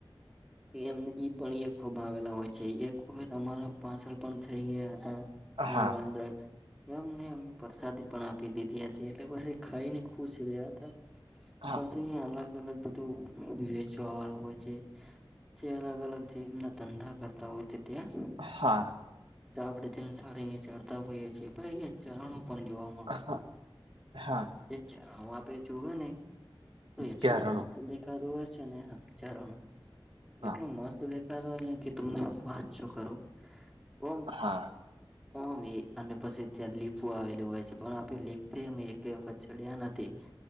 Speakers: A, in the centre; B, on the right.
A: એમ ઈ પણ એ ખૂબ આવેલા હોય છે એક વખત અમારા પાછળ પણ થઈ ગયા હતા.
B: હા
A: કણ વાંદરા. એમને અમે પ્રસાદી પણ આપી દીધી હતી એટલે પછી ખાઈ ને ખુશ રહ્યા હતા.
B: હા
A: પછી અલગ અલગ બધું વેચવા વાળું હોય છે. જે અલગ અલગ જે એમના ધંધા કરતા હોય છે ત્યાં.
B: હા.
A: તા આપણેે ત્યાં સારી ચઢતા હોઈએ છીએ ચરણો પણ જોવા મ
B: હા હા
A: ચરણો આપે જોવા ને, તો એટલું
B: ઝારણું
A: મસ્ત દેખાતું હોય જ છે ને ચારનું,
B: હા
A: એટલું મસ્ત દેખ હોયન કે તમને વાતચું કરું, ઓમ
B: હા.
A: ઓમે અને પછી ત્યાં લીપું આવેલું હોય છે પણ આપે લીપથી અમે એક વખત ચડ્યા નથી.